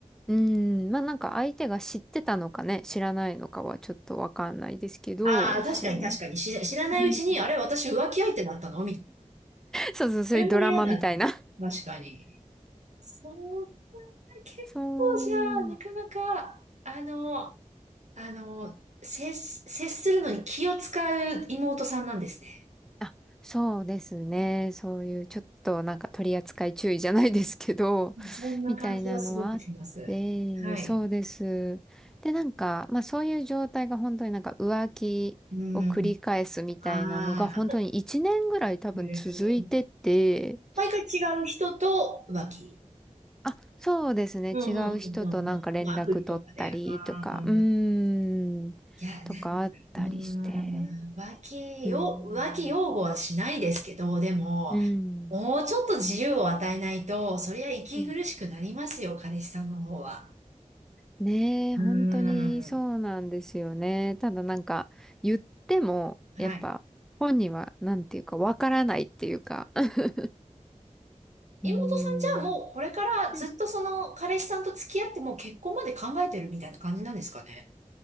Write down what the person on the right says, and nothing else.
ああー、確かに確かに、
知ら知らないうちに、
あれ、私浮気相手だったのみたいな。
それも嫌だ
な。確かに。そう、結構じゃあ、
なかなか、
あの、あの、接、接するのに気を使う妹さんなんですね。
ね
うんそんな感じはすごくします。
はい。
うん。ああ。へえ毎回違う人と浮気。
うんうんうんうんうん。
まあ、アプリとかで。ああ、
いや、
なんうーん、浮気よ、
浮気擁護はしないですけど、でも、
もうちょっと自由を与えないと、そりゃ息苦しくなりますよ、
彼氏さんの方は。
うーん。
はい。
妹さんじゃあもうこれからずっとその彼氏さんと付き合ってもう結婚まで考えてるみたいな感じなんですかね。